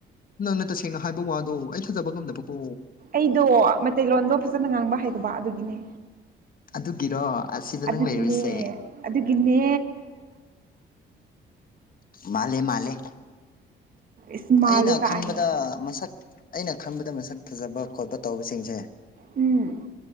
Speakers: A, on the left; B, on the right.
A: ꯅꯪꯅ ꯇꯁꯦꯡꯅ ꯍꯥꯏꯕ ꯋꯥꯗꯣ ꯑꯩ ꯊꯥꯖꯕ ꯉꯝꯗꯕꯀꯣ
B: ꯑꯩꯗꯣ ꯃꯇꯩꯇꯩꯂꯣꯟꯗꯣ ꯐꯖꯅ ꯉꯥꯡꯕ ꯍꯩꯗꯕ ꯑꯗꯨꯒꯤꯅꯦ
A: ꯑꯗꯨꯒꯤꯔꯣ ꯑꯁꯤꯗ ꯅꯪ
B: ꯑꯗꯨꯒꯤꯅꯦ
A: ꯂꯩꯔꯨꯁꯦ
B: ꯑꯗꯨꯒꯤꯅꯦ
A: ꯃꯥꯜꯂꯦ ꯃꯥꯜꯂꯦ
B: ꯏꯁ ꯃꯥꯜꯂꯦ
A: ꯑꯩꯅ
B: ꯀꯥꯏꯅ
A: ꯈꯟꯕꯗ ꯃꯁꯛ ꯑꯩꯅ ꯈꯟꯕꯗ ꯃꯁꯛ ꯐꯖꯕ ꯈꯣꯠꯄ ꯇꯧꯕꯁꯤꯡꯁꯦ
B: ꯎꯝ